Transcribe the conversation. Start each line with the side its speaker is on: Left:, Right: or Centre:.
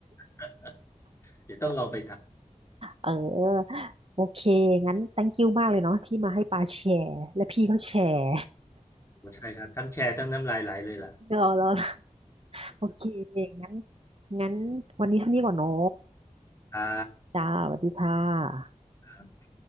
Left: <laughs> เดี๋ยวต้องลองไปท
Right: เออโอเคงั้น thank you มากเลยเนาะที่มาให้ปาแชร์และพี่ก็แชร์
Left: ำใช่ครับ ทั้งแชร์ทั้งน้ำลายไหลเลยล่ะ
Right: <laughs> เออแล้วโอเคงั้นงั้นวันนี้เท่านี้ก่อนเนาะ
Left: <laughs> ครั
Right: จ้าสวัสดีค่ะ
Left: บ